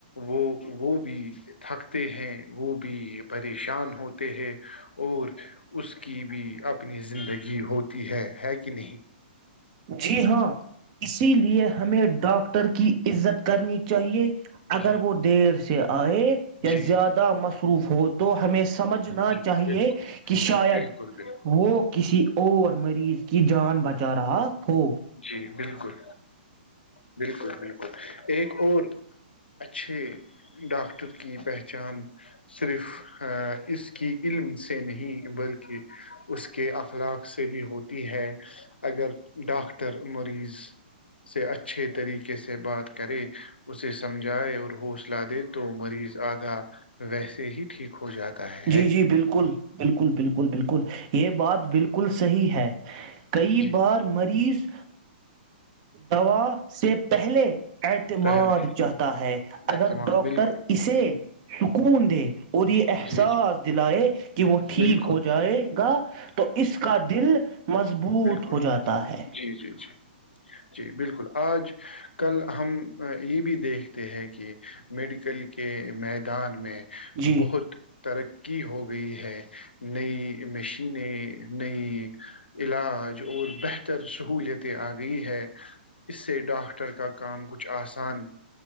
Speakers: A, on the left; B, on the right.
A: وہ وہ بھی تھکتے ہیں وہ بھی پریشان ہوتے ہیں اور اس کی بھی اپنی زندگی ہوتی ہے ہے کہ نہیں
B: جی ہاں اسی لیے ہمیں ڈاکاکٹر کی عزت کرنی چاہیے اگر
A: جی
B: وہ دیر سے آئے یا
A: جی
B: زیادہ مصروف ہو تو ہمیں سمجھنا
A: جی
B: چاہیے
A: بالکل
B: کہ شاید
A: بالکل بالکل
B: وہ کسی اور مریض کی جان بچا رہا ہو
A: جی بالکل بالکل بالکل ایک اور اچھے ڈاکٹر کی پہچان صرف اس کی علم سے نہیں بلکہ اس کے اخلاق سے بھی ہوتی ہے اگر ڈاکٹر ر مریض سے اچھے طریقے سے بات کرے اسے سمجھائے اور حوصلہ دے تو مریض آدھا ویسے ہی ٹھیک ہو جاتا ہے
B: جی
A: ہے
B: جی
A: کہ نہیں؟
B: بالکل بالکل بالکل بالکل یہ بات بالکل صحیح ہے کئی
A: جی جی
B: بار مریض دوا سے پہلے اعتماد
A: پہلے
B: چاہتا ہے اگر
A: اعتماد
B: ڈاکٹر
A: بالکل
B: اسے سکون دے اور یہ احساس
A: جی جی
B: دلائے کہ وہ ٹھیک
A: بالکل
B: ہو جائے گا تو اس کا دل مضبوط
A: بالکل
B: ہو جاتا ہے
A: جی جی جی جی بالکل آج کل ہم یہ بھی دیکھتے ہیں کہ میڈیکل کے میدان میں
B: جی
A: بہت ترقی ہو گئی ہے نئی مشینیں نئی علاج اور بہتر سہلیتیں آ گئی ہے اس سے ڈاکٹر کا کام کچھ آسان